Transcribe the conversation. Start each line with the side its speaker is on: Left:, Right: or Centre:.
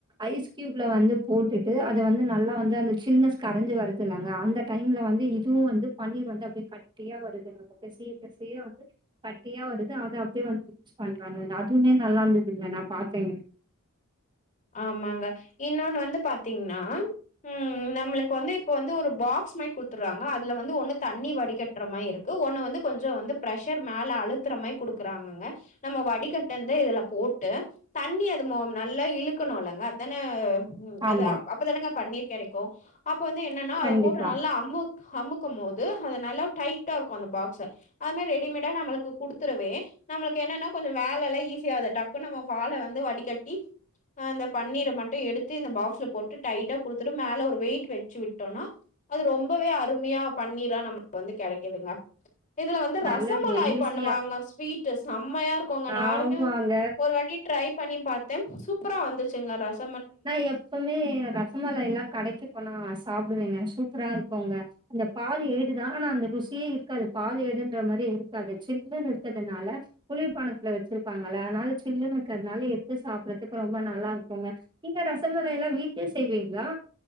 Right: ஐஸ் க்யூப்ல வந்து போட்டுட்டு அத வந்து நல்லா வந்து அந்த சில்னஸ் கரஞ்சு வருதுலங்க அந்த டைம்ல வந்து இதுவு வந்து பன்னீர் வந்து அப்டியே கட்டியா வருது நம்ம பெசய பெசய வந்து கட்டியா வருது அத அப்டியே வந்து பண்றாங்கங்க அதுவுமே நல்லா இருந்துதுங்க நா பாத்தேங்க
Left: ஆமாங்க இன்னொன்னு வந்து பாத்தீங்னா உம் நம்மளுக்கு வந்து இப்ப வந்து ஒரு பாக்ஸ் மாதிரி குடுத்துடுறாங்க அதுல வந்து ஒன்னு தண்ணி வடிகட்ற மாரி இருக்கு ஒன்னு வந்து கொஞ்சோ வந்து ப்ரஷர் மேல அழுத்துற மாரி குடுக்குறாங்கங்க நம்ம வடிகட்டுந்து இதுல போட்டு தண்ணி அது நல்லா இழு இருக்கணுல்லங்க அதான உம் அது
Right: ஆமா,
Left: அப்பதானாங்க பனீர் கெடைக்கு அப்போ வந்து என்னென்னா அதபோட்டு
Right: கண்டிப்பா.
Left: நல்லா அமு அமுக்கும் போது அத நல்லா டைட் இருக்கு அந்த பாக்ஸ அது மாரி ரெடிமேடா நம்மளுக்கு குடுத்துருவே நம்மளுக்கு என்னன்னா கொஞ்சோ வேல எல்லா ஈஸியது டக்கு நம்ம பால வந்து வடிகட்டி ஆ அந்த பன்னீர மட்டு எடுத்து இந்த பாக்ஸ்ல போட்டு டைட்டா குடுத்துட்டு மேல ஒரு வெயிட் வச்சு விட்டோனா அது ரொம்பவே அருமையா பன்னீரா நமக்கு வந்து கெடைக்குதுங்க இதுல வந்து ரசமலாய்
Right: நல்லதுங்க ஈஸியா.
Left: பண்ணுவாங்க ஸ்வீட் செம்மையா இருக்குங்க
Right: ஆமாங்க.
Left: நானும்மே ஒரு வாட்டி ட்ரை பண்ணி பாத்தே சூப்ப்ரா வந்துச்சுங்க ரச
Right: நா எப்பவுமே ரசமலாய்லா கடைக்கு போனா சாப்டுவேங்க சூப்பரா இருக்கோங்க அந்த பால் ஏடுதா ஆனா அந்த ருசியே இருக்காது பால் ஏடுன்ற மாரி இருக்காது சில்லுன்னு இருக்கிறதுனால குளிர்பாணத்ல வச்சிருப்பாங்கள அதனால சில்லுன்னு இருக்குறதுனால எடுத்து சாப்பறதுக்கு ரொம்ப நல்லா இருக்குங்க நீங்க ரசமலாய் எல்லா வீட்லேயே செய்வீங்ளா